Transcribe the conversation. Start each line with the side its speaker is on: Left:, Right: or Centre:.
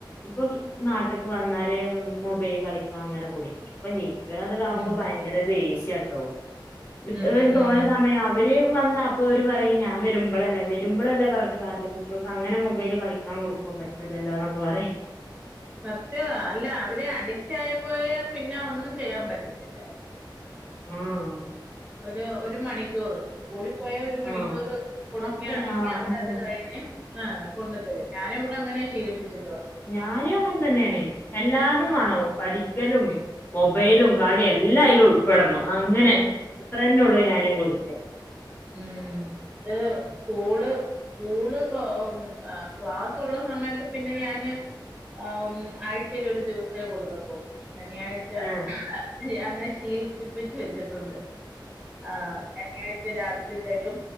Left: ഇപ്പൊ നാട്ട്ക്ക് വന്നല് മൊബൈല് കളിക്കാങ്ങനെ കൊടുക്കും അപ്പൊ ഇക്ക് അത്കാവുമ്പോ
Right: ഉം
Left: ഭയങ്കര ദേഷ്യാട്ടോ
Right: ഉം
Left: ഇത്രയു
Right: ഉം ഉം
Left: തോന
Right: ഉം
Left: മ്മേ അവര് വന്നാ അപ്പൊവര് പറയും ഞാവെരുമ്പോളല്ലേ വരുമ്പോളല്ലേ പറഞ്ഞട്ട് കാരില്ല കൂട്ട്യള് പ്പഅങ്ങനെ മൊബൈല് കളിക്കാൻ കൊടുക്കു പറ്റൂലല്ലോന്നൊക്കെ പറയും
Right: സത്യവാ അല്ല അവര് അഡിറ്റ് ആയിപ്പോയാൽ പിന്നെ ഒന്നുചെയ്യാൻ പറ്റത്തി
Left: ആഹ്
Right: ഒരു ഒരു മണിക്കൂറ് കൂടിപ്പോയ ഒരു മണിക്കൂർ
Left: ആഹ്
Right: കൊടുക്കയാണെങ്കിൽ
Left: അത്ര ആഹ്
Right: അവരത്കഴിഞ്ഞ്
Left: അതന്നെ
Right: ആഹ് കൊണ്ടുത്തരു ഞാനുവിടെ അങ്ങനെ ശീലിപ്പിച്ചിട്ടുള്ളൊ
Left: ഞാനും അങ്ങൻതന്നെയാണ് എല്ലാതും വാണം പഠിക്കലും മൊബൈലും കളിയും എല്ലാ അയ്‌ല് ഉൾപ്പെടണം അങ്ങനെ അത്രന്നെ ഉള്ളൂ ഞാനു കൊടിത്തേ
Right: ഉം ഏഹ് സ്കൂള് സ്കൂള് ക ഓ ആഹ് ക്ലാസ്സുള്ള സമയത്ത് പിന്നെ ഞാന് ആഹ് ഒന്ന് ആഴ്ചേല് ഒരു ദിവസേ കൊടുക്കത്തുള്ളൂ ശനിയാഴ്ച
Left: ആഹ്
Right: ച്ച അങ്ങനെ ശീലിപ്പിപ്പിച്ച് വെച്ചിട്ടുണ്ട് ആഹ് ശെനിയാഴ്ച രാത്രി തരും